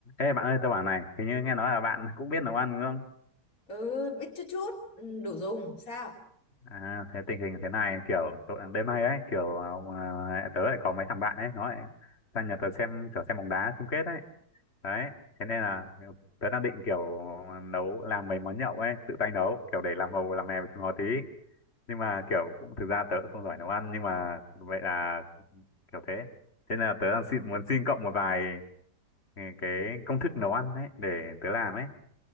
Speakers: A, on the left; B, on the left.
A: Ê bạn ơi, tôi bảo này, hình như nghe nói là bạn cũng biết nấu ăn đúng không?
B: ừ biết chút chút ừ, đủ dùng sao
A: À, thế tình hình thế này kiểu tội, đêm nay ấy kiểu à, tớ lại có mấy thằng bạn ấy nó lại sang nhà tớ xem kiểu xem bóng đá chung kết ấy. Đấy, thế nên là kiểu, tớ đang định kiểu nấu làm mấy món nhậu ấy, tự tay nấu kiểu để làm màu làm mè với chúng nó tí. Nhưng mà kiểu cũng thực ra tớ cũng không giỏi nấu ăn nhưng mà vậy là kiểu thế. Thế nên là tớ đang xin, muốn xin cộng một vài ừ, cái công thức nấu ăn ấy để tớ làm ấy.